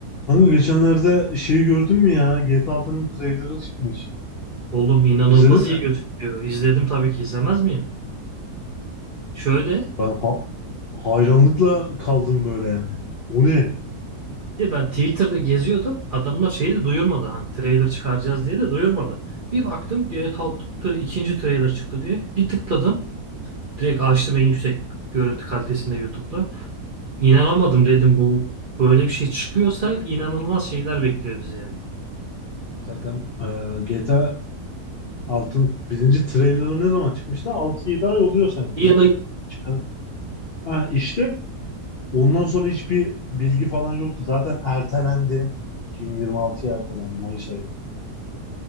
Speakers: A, on the left (about 55°); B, on the right (about 45°).
A: Kanka geçenlerde şeyi gördün mü ya? GTA altının trailerı çıkmış.
B: Oğlum inanılmaz
A: İzledin
B: iyi
A: mi?
B: gözüküyor. İzledim tabii ki izlemez miyim? Şöyle
A: Ben ha- hayranlıkla kaldım böyle yani. O ne?
B: bir de ben Twitter'da geziyordum. Adamlar şeyi de duyurmadı. Hani trailer çıkaracağız diye de duyurmadı. Bir baktım GTA 6 tra- ikinci trailer çıktı diye. Bir tıkladım. Direkt açtım en yüksek görüntü kalitesinde YouTube'da. İnanamadım dedim bu böyle bir şey çıkıyorsa inanılmaz şeyler bekliyor bizi yani.
A: Zaten e, GTA 6'nın birinci trailerı ne zaman çıkmıştı? Altı yedi ay oluyor sanki
B: İyi
A: ya.
B: ya da
A: Çıkan. Ha, işte ondan sonra hiçbir bilgi falan yoktu. Zaten ertelendi. 2026'ya ertelendi Mayıs ayına.